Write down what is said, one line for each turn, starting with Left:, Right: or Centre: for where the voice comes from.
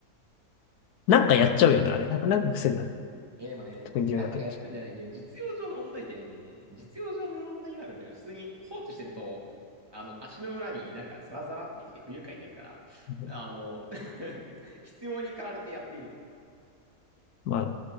Left: なんかやっちゃうよね、あれ。なんか、なんか癖になる。
Right: え、でもね、
Left: 特に留学っちゃ
Right: ちなんかやっちゃうんじゃないね。実用上の問題点、実用上に問題があるんだよ。普通に放置してると、あの、足の裏になんかザラザラってきて不愉快になるから、
Left: う。
Right: あの、<laughs> 必要に駆られてやっている。
Left: まあ、